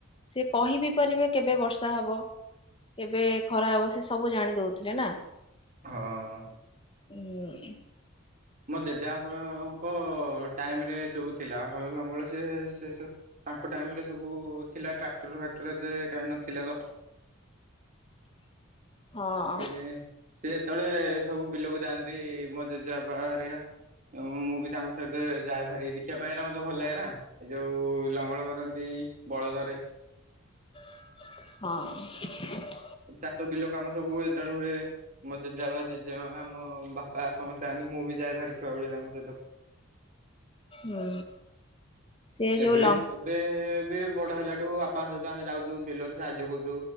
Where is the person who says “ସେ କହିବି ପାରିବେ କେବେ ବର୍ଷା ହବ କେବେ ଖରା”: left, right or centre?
Left